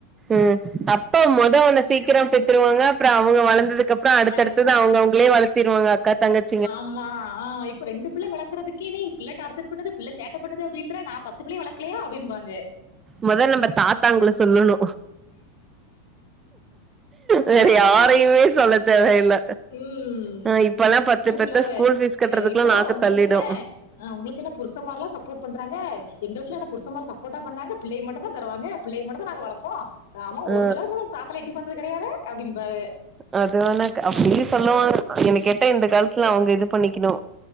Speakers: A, on the right; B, on the left.
A: ம் அப்ப மோத சீக்கிரோ பெத்துருவாங்க அப்பறோ அவுங்க வளந்ததுக்கப்பறோ அடுத்தடுத்தது
B: வளர்ந்து
A: அவுங்க அவுங்களே வளத்திருவாங்க அக்கா தங்கச்சி
B: ஆமா ஆ இப்ப ரெண்டு புள்ள வளக்கறதுக்கே நீ இப்டிலா டார்ச்சர் பண்ணுது பிள்ள சேட்ட பண்ணுது அப்டின்ற நா பத்து பிள்ளய வளக்கலயா அப்டிம்பாங்க
A: மொத நம்ப தாத்தாங்கள சொல்லணு வேற
B: ஆமா
A: யாரையுமே சொல்ல தேவையில்ல.
B: ம்
A: அ இப்பல்லாம்
B: அ
A: பெத்த
B: சொல்லுவாவே
A: ஸ்கூல் ஃபீஸ் கட்டுறதுக்குல்லாம்
B: அ இப்பல்லா
A: நாக்கு
B: ஒங்களுக்கென்ன
A: தள்ளிடும்.
B: ஆ உங்களுக்கு என்ன புருச மார்லா சப்போர்ட் பண்றாங்க எங்களுக்குலா என்ன புருஷமார் சப்போட்டா பண்ணாங்க பிள்ளைய மட்டுதா தருவாங்க பிள்ளைய மட்டுதா நாங்க வளப்போ ஆம்ம
A: அ
B: ஒரு தடவக்கூட உங்க தாத்தாலா எட்டி பாத்தது கெடையாது அப்டிம்பாவ
A: அதுவேனா க அப்டீ சொல்லுவாங்க என்ன கேட்டா இந்த காலத்துல அவுங்க இது பண்ணிக்கணு